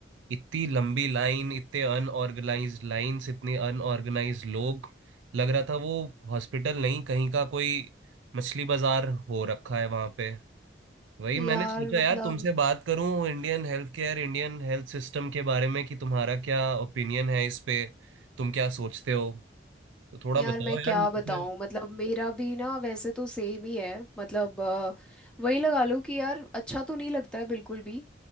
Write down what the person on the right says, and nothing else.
इतनी लंबी लाइन इतने अनऑर्गेनाइज्ड लाइंस इतने अनऑर्गेनाइज्ड लोग लग रहा था वो हॉस्पिटल नहीं कहीं का कोई मछली बाजार हो रखा है वहाँ पे वही
मैंने सोचा
यार तुमसे बात करूं Indian health care Indian health system के बारे में कि तुम्हारा क्या ओपिनियन है इस पे तुम क्या सोचते हो तो थोड़ा
बताओ
यार
मुझे